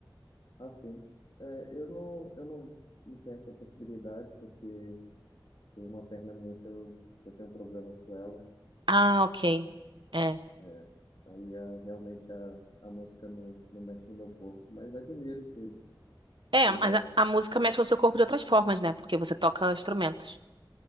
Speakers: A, on the left; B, on the right.
A: Ah, sim. É, eu não, eu não não tenho essa possibilidade, porque tem uma perna minha que eu, que eu tenho problemas com ela.
B: Ah, ok. É.
A: É, aí a- realmente a, a música não, não mexe no meu corpo, mas admiro que,
B: É,
A: quem
B: mas
A: mexe.
B: a, a música mexe com o seu corpo de outras formas, né? Porque você toca instrumentos.